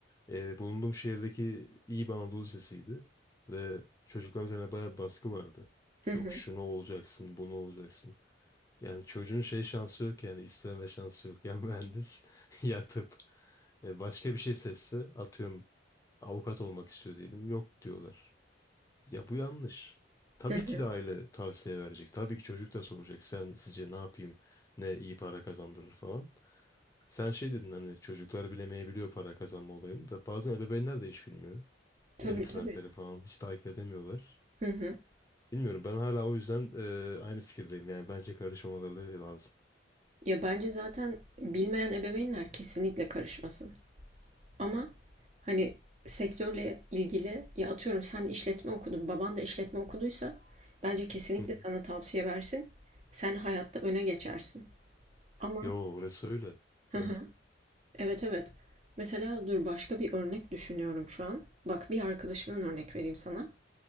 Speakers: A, on the left (about 15°); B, on the right (about 35°).
A: e, bulunduğum şehirdeki iyi bir Anadolu Lisesi'ydi ve çocukların üzerine bayağı bir baskı vardı.
B: Hı hı.
A: Yok şunu olacaksın, bunu olacaksın. Yani çocuğun şey şansı yok yani isteme şansı yok. Ya mühendis <laughs> ya tıp. E, başka bir şey seçse atıyorum avukat olmak istiyor diyelim. Yok diyorlar. Ya bu yanlış. Tabii
B: Hı hı.
A: ki de aile tavsiye verecek. Tabii ki çocuk da soracak. Sen sizce ne yapayım? Ne iyi para kazandırır falan. Sen şey dedin hani çocuklar bilemeyebiliyor para kazanma olayını da bazen ebeveynler de hiç bilmiyor.
B: Tabii
A: Yeni trendleri
B: tabii.
A: falan hiç takip edemiyorlar.
B: Hı hı.
A: Bilmiyorum ben hala o yüzden e, aynı fikirdeyim. Yani bence karışmamaları lazım.
B: Ya bence zaten bilmeyen ebeveynler kesinlikle karışmasın. Ama hani sektörle ilgili ya atıyorum sen işletme okudun, baban da işletme okuduysa bence kesinlikle
A: Hı hı.
B: sana tavsiye versin. Sen hayatta öne geçersin. Ama
A: Yo orası öyle.
B: hı
A: Evet.
B: hı, evet evet. Mesela dur başka bir örnek düşünüyorum şu an. Bak bir arkadaşımdan örnek vereyim sana.